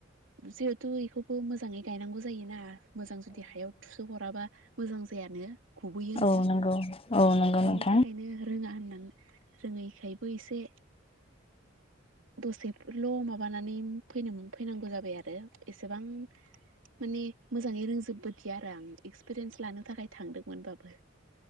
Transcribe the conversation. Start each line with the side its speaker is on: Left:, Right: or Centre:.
Right: जिहेथु इखौबो मोजाङै गायनांगौ जायोना। मोजां जुदि हायाव थुसोह'राबा मोजां जायानो। गुबुबैयोनो
Left: औ नंगौ औ नंगौ औ नंगौ
Right: बेनि
Left: नोंथां
Right: थाखायनो रोङा होन ओं रोङैखायबो एसे दसेल' माबानानै फैनो फैनांगौ जाबाय आरो एसेबां माने मोजाङै रोंजोबबोदिया आरो आं एक्सपिरियेन्स लानो थाखाय थांदोंमोनबाबो।